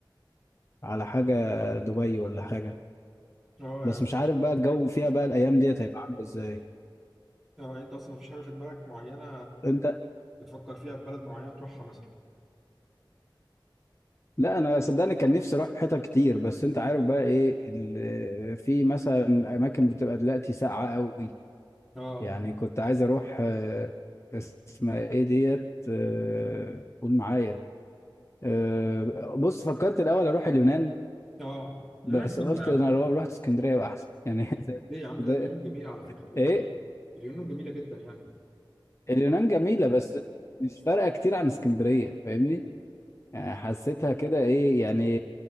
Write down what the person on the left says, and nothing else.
على حاجه دبي ولا حاجه
بس
مش عارف بقى الجو فيها بقى الايام ديت هيبقى عامل ازاي
انت
لا انا صدقني كان نفسي اروح حتت كتير بس انت عارف بقى ايه ال- في مثلا اماكن بتبقى دلوقتي ساقعه قوي
يعني كنت عايز اروح آه، اسمها ايه ديت آه، قول معايا آه، بص فكرت الاول اروح اليونان
بس
قلت
انا لو رحت اسكندريه يبقى احسن يعني <laughs> زي
زي-
ايه
اليونان جميله بس مش فارقه كتير عن اسكندريه فاهمني يعني حسيتها كده ايه يعني